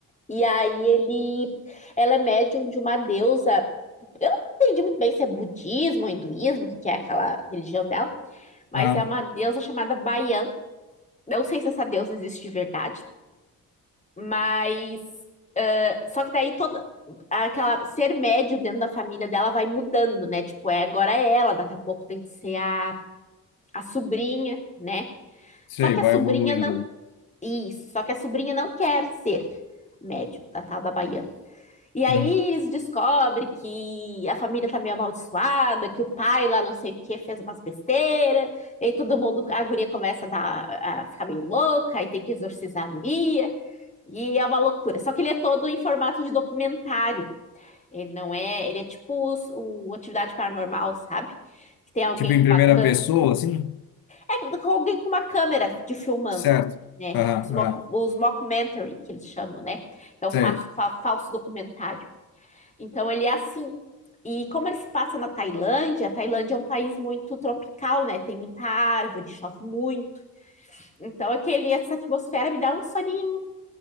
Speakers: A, on the left; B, on the left.
A: E aí ele, ela é médium de uma deusa. Eu não entendi muito bem se é budismo ou hinduísmo, que que é aquela religião dela, mas
B: ah,
A: é uma deusa chamada Baian. Não sei se essa deusa existe de verdade, mas ah, só que daí toda aquela ser médio dentro da família dela vai mudando, né? Tipo, é agora é ela, daqui a pouco tem que ser a, a sobrinha, né?
B: sei,
A: Só que
B: vai
A: a sobrinha
B: evoluindo.
A: não Isso, só que a sobrinha não quer ser médium da tal da Baiana. E aí
B: Hum.
A: eles descobrem que a família tá meio amaldiçoada, que o pai lá não sei o que fez umas besteiras, e aí todo mundo, a guria começa a, dar, a ficar meio louca, aí tem que exorcizar a guria, e é uma loucura. Só que ele é todo em formato de documentário, ele não é, ele é tipo os- o Atividade Paranormal, sabe? Que tem alguém
B: Tipo em
A: com
B: primeira
A: uma cã
B: pessoa, assim?
A: é com alguém com uma câmera te filmando,
B: Certo.
A: né?
B: Ah,
A: Os, mock,
B: ah,
A: os mockumentary, que eles chamam, né? É o
B: sei.
A: fa- fa- falso documentário. Então, ele é assim. E como ele se passa na Tailândia, a Tailândia é um país muito tropical, né? Tem muita árvore, chove muito. Então, aquele, essa atmosfera me dá um soninho.